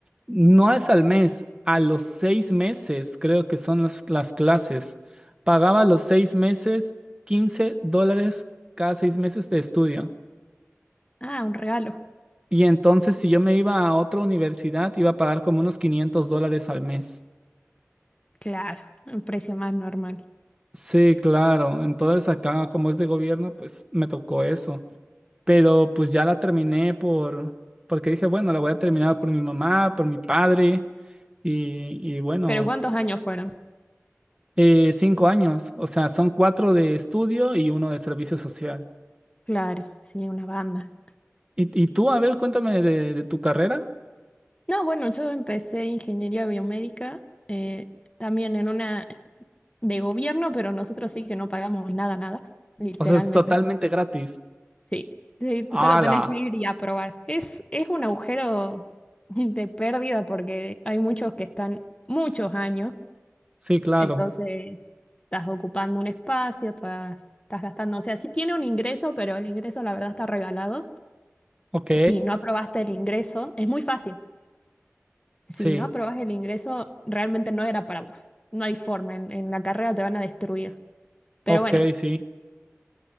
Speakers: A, on the right; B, on the left.
A: no es al mes, a los seis meses, creo que son las, las clases. Pagaba a los seis meses 15 dólares cada seis meses de estudio.
B: Ah, un regalo.
A: Y entonces, si yo me iba a otra universidad, iba a pagar como unos 500 dólares al mes.
B: Claro, un precio más normal.
A: Sí, claro. Entonces, acá, como es de gobierno, pues me tocó eso. pero pues ya la terminé por, porque dije, bueno, la voy a terminar por mi mamá, por mi padre, y, y bueno,
B: ¿Pero cuántos años fueron?
A: eh, cinco años, o sea, son cuatro de estudio y uno de servicio social.
B: Claro, sí, una banda.
A: ¿Y, y tú, a ver, cuéntame de, de tu carrera?
B: No, bueno, yo empecé ingeniería biomédica, eh, también en una de gobierno, pero nosotros sí que no pagamos nada, nada, literalmente.
A: O sea, es totalmente gratis.
B: Sí, sí,
A: ¡Hala!
B: solo tenés que ir y aprobar. Es, es un agujero <laughs> de pérdida porque hay muchos que están muchos años,
A: Sí, claro.
B: entonces estás ocupando un espacio, estás, estás gastando, o sea, sí tiene un ingreso, pero el ingreso la verdad está regalado.
A: Ok,
B: Si no aprobaste el ingreso, es muy fácil. Si
A: sí,
B: no aprobás el ingreso, realmente no era para vos. No hay forma, en, en la carrera te van a destruir. Pero
A: ok,
B: bueno,
A: sí.